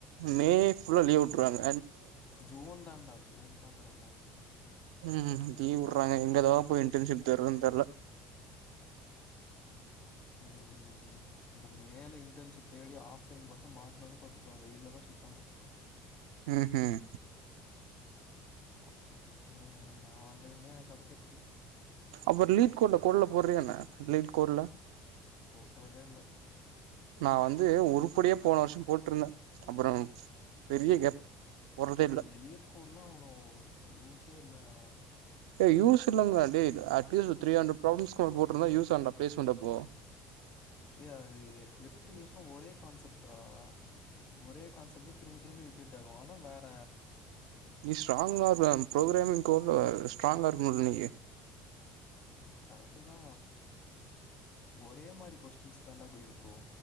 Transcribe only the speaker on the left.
ஜீன் தான்டா ஜீன் தா தெறப்பாங்க
ம் இந்த மேல இன்டர்ன்ஷிப் தேடி ஆஃப்லைன் மாட்ணும்னா பாத்துக்கோ வெயிலில் தா சுத்தணு
அப்டிதா நான் ஆன்லைன்லயே எனக்கு கடச்சிடுச்சி
தொட்றதே இல்ல
லேட் கூடலா அவ்ளோ யூசே இல்லடா
ஏ அது எப்டி யோசனா ஒரே கான்ஸப்ட்ரா ஒரே கான்செப்ட் தா திரும்பி திரும்பி ரிப்பீட் ஆகு ஆனா வேற
கரெக்ட் தா ஒரே மாரி கொஸ்டின்ஸ் தான்டா போயிருக்கு